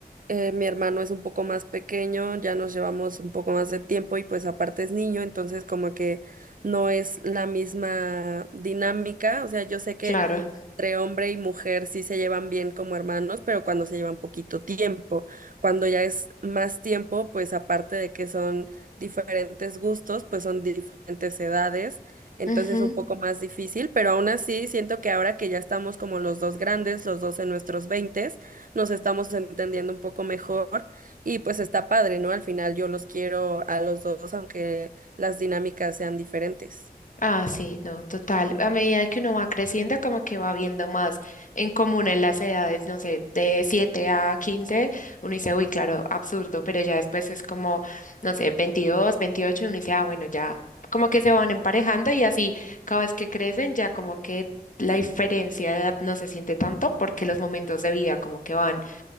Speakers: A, on the right; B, on the left.
A: Eh, mi hermano es un poco más pequeño, ya nos llevamos un poco más de tiempo y pues aparte es niño, entonces como que no es la misma dinámica. O sea, yo sé que
B: Claro.
A: entre hombre y mujer sí se llevan bien como hermanos, pero cuando se llevan poquito tiempo. Cuando ya es más tiempo, pues aparte de que son diferentes gustos, pues son diferentes edades, entonces
B: Ujú.
A: es un poco más difícil, pero aún así siento que ahora que ya estamos como los dos grandes, los dos en nuestros veintes, nos estamos entendiendo un poco mejor y pues está padre, ¿no? Al final yo los quiero a los dos, aunque las dinámicas sean diferentes.
B: Ah, sí, no, total. A medida que uno va creciendo, como que va viendo más en común en las edades, no sé, de 7 a 15, uno dice, uy, claro, absurdo, pero ya después es como, no sé, 22, 28, uno dice, ah, bueno, ya como que se van emparejando y así cada vez que crecen, ya como que la diferencia de edad no se siente tanto porque los momentos de vida como que van,